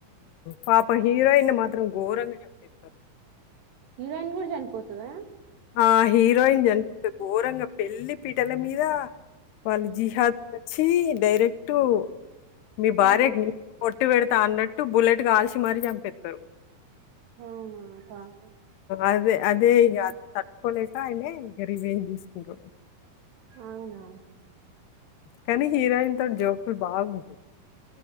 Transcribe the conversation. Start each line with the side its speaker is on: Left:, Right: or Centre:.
Left: పాపం హీరోయిన్ మాత్రం ఘోరంగా చంపేస్థారు
Right: హీరోయిన్ కూడా చనిపోతుందా
Left: ఆ హీరోయిన్ చనిపోతు ఘోరంగా పెళ్లి పిటల మీద వాళ జిహదోచి డైరెక్ట్ మీ
Right: కాల్
Left: భార్య
Right: చే
Left: కి పో చట్టు పెడతా అన్నట్టు బుల్లెట్ కాల్సి మరీ చంపేస్తారు
Right: అవునా పాపం
Left: అదే అదే ఇక అది తట్టుకోలేక ఆయనే రీజియన్ తీసుకుంటాడు
Right: అవునా
Left: కానీ హీరోయిన్ తోటి జోకులు బాగుంది